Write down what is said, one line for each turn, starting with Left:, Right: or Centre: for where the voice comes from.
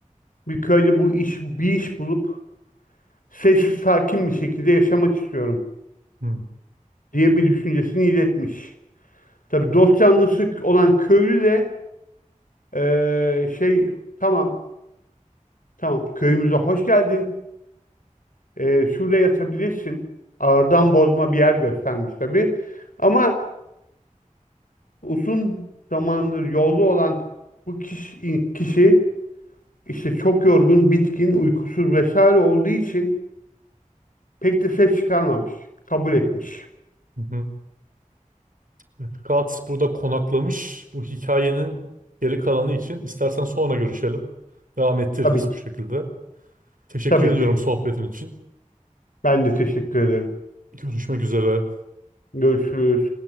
Left: Bir köyde bu iş, bir iş bulup sessiz sakin bir şekilde yaşamak istiyorum
Right: hı,
Left: diye bir düşüncesini iletmiş. Tabii dost canlısı olan köylü de ee, şey tamam tamam köyümüze hoş geldin. E, şurada yatabilirsin. Ağırdan bozma bir yer göstermiş tabii. Ama uzun zamandır yolda olan bu kişi, kişi işte çok yorgun, bitkin, uykusuz vesaire olduğu için pek de ses çıkarmamış. Kabul etmiş.
Right: hı hı. Evet, Guts burada konaklamış. Bu hikayenin geri kalanı için istersen sonra görüşelim. Devam ettiririz
Left: Tabii ki.
Right: bu şekilde. Teşekkür
Left: Tabii
Right: ediyorum
Left: ki.
Right: sohbetin için.
Left: Ben de teşekkür ederim.
Right: Görüşmek üzere.
Left: Görüşürüz.